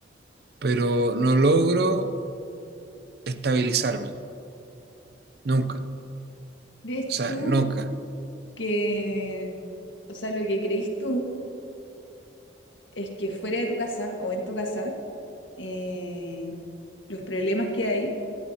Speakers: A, on the right; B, on the left.
A: pero no logro estabilizarme, nunca,
B: ¿Crees
A: o sea,
B: tú
A: nunca.
B: que, o sea, lo que creís tú es que fuera de tu casa o en tu casa, eh, los problemas que hay,